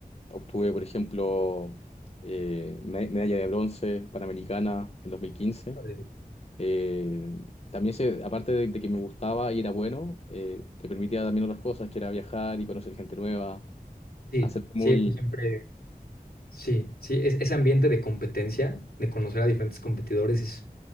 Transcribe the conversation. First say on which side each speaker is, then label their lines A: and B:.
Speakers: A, on the left (about 40°); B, on the left (about 75°).
A: obtuve, por ejemplo, eh, me- medalla de bronce panamericana en 2015.
B: Padre.
A: Eh, también se, aparte de, de que me gustaba y era bueno, eh, te permitía también otras cosas, que era viajar y conocer gente nueva,
B: Sí,
A: hacer
B: sí,
A: muy,
B: eso siempre... Sí, sí, es- ese ambiente de competencia, de conocer a diferentes competidores, es-